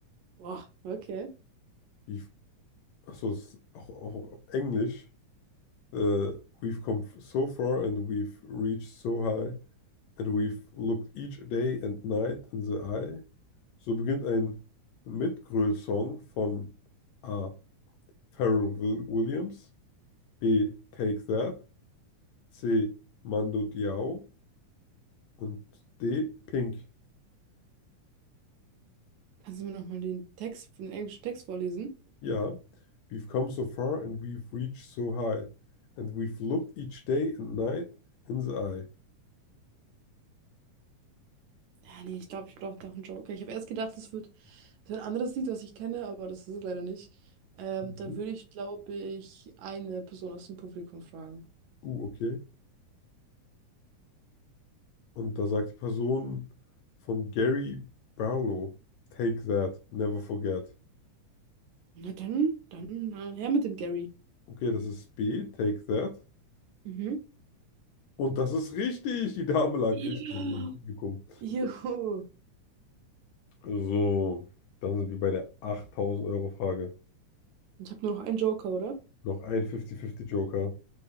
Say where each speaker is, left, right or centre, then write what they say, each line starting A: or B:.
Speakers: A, on the right; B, on the left.
A: Boah, okay.
B: We've- Achso, das ist auch, auch auf Englisch. Äh, we've come so far and we've reached so high and we've looked each day and night in the eye. So beginnt ein Mitgröl-Song von A. Pharrell Will Williams, B. Take That, C. Mando Diao und D. Pink.
A: Kannst du mir nochmal den Text, den englischen Text vorlesen?
B: Yeah, we've come so far and we've reached so high, and we've looked each day and night in the eye.
A: Ja, nee, ich glaube, ich brauche doch einen Joker. Ich habe erst gedacht, es wird so ein anderes Lied, was ich kenne, aber das ist es leider nicht. Ähm,
B: Mhm.
A: da würde ich, glaube ich, eine Person aus dem Publikum fragen.
B: Uh, okay. Und da sagt die Person von Gary Barlow, Take that, never forget.
A: Na dann, dann äh, her mit dem Gary.
B: Okay, das ist B, Take that.
A: Mhm.
B: Und das ist richtig, die Dame lag
A: Ja.
B: richtig im Publikum.
A: Juhu.
B: So, dann sind wir bei der 8000 Euro Frage.
A: Ich habe nur noch einen Joker, oder?
B: Noch ein 50-50 Joker.